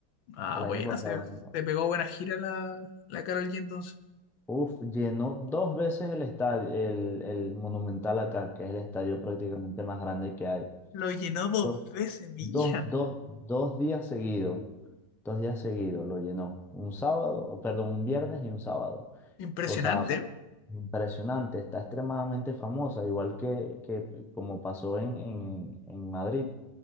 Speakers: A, on the left (about 70°); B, in the centre.
A: Ah,
B: el año
A: buena,
B: pasado.
A: se,
B: ¿no?
A: se pegó buena gira la, la Karol G entonces.
B: Uf, llenó dos veces el estadio, el, el Monumental acá, que es el estadio prácticamente más grande que hay.
A: Lo llenó dos
B: Dos,
A: veces, mi
B: dos,
A: hija.
B: dos, dos días seguidos, dos días seguidos lo llenó. Un sábado, perdón, un viernes y un sábado.
A: Impresionante.
B: O sea, Impresionante, está extremadamente famosa, igual que, que como pasó en, en, en Madrid,